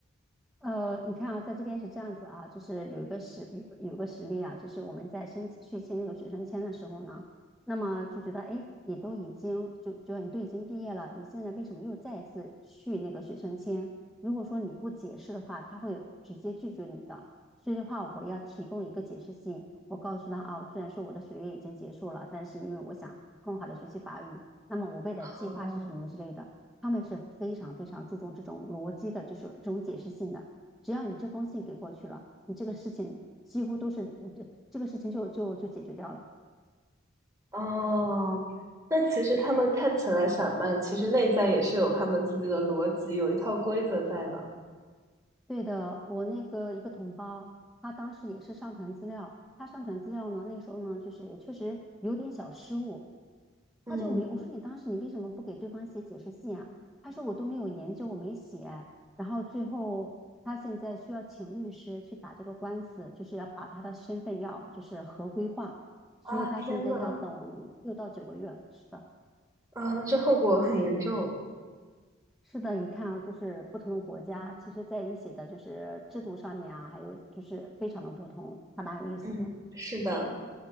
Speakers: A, in the centre; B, on the right (about 20°).
A: 呃，你看啊，在这边是这样子啊，就是有一个实有个有个实例啊，就是我们在申请续签那个学生签的时候呢，那么就觉得哎，诶你都已经就就你都已经毕业了，你现在为什么又再一次续那个学生签？如果说你不解释的话，他会直接拒绝你的。所以的话，我要提供一个解释信，我告诉他啊，虽然说我的学业已经结束了，但是因为我想更好的学习法语，那么我未来的计划是什么之类的。
B: 哦，
A: 他们是非常非常注重这种逻辑的，就是这种解释性的。只要你这封信给过去了，你这个事情几乎都是呃这这个事情就就就解决掉了。
B: 哦，那其实他们看起来散漫，其实内在也是有他们自己的逻辑，有一套规则在的。
A: 对的，我那个一个同胞，他当时也是上传资料，他上传资料呢，那个时候呢，就是也确实有点小失误，
B: 嗯，
A: 他就没，我说你当时你为什么不给对方写解释信啊？他说我都没有研究，我没写。然后最后他现在需要请律师去打这个官司，就是要把他的身份要就是合规化，所以他现在要等六到九个月，
B: 啊，天呐，
A: 是的。
B: 啊，那这后果很严重。
A: 是的，你看啊，就是不同的国家，其实在一些的就是制度上面啊，还有就是非常的不同，还蛮有意思的。
B: 嗯，是的，